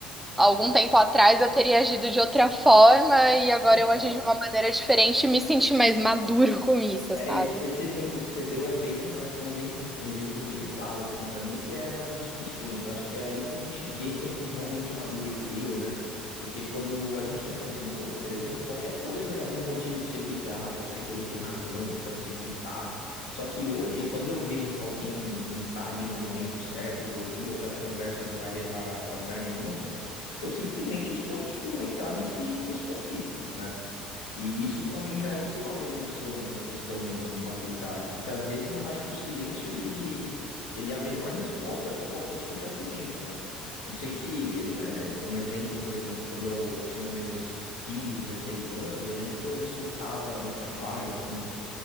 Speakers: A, in the centre; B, on the left (about 90°).
A: algum tempo atrás eu teria agido de outra forma e agora
B: então
A: eu agi de uma maneira diferente e me senti mais maduro <laughs> com isso,
B: É,
A: sabe?
B: esse, esse exemplo que você deu é bem, eu acho que é um exemplo, exemplo bem claro, assim, pra mim, que é nas discussões. Eu acho que é aí que a gente vê que a gente realmente amadureceu, né? Porque quando a gente é mais novo, por exemplo, qualquer coisa já vira motivo pra você brigar, pra você querer ter razão, pra você gritar. Só que hoje, quando eu vejo que alguém não tá ali no momento certo de ouvir, ou que a conversa não vai levar pra lugar nenhum, eu simplesmente escolho, tipo, não entrar nesse, nesse conflito, né? E isso pra mim já é um sinal de evolução nessa questão de maturidade, porque às vezes eu acho que o silêncio ele, ele é a melhor resposta para qualquer tipo de argumento, né? Não sei se, né, um exemplo, por exemplo, quando eu tinha meus 15 16 anos, eu lembro que eu escutava no trabalho, assim,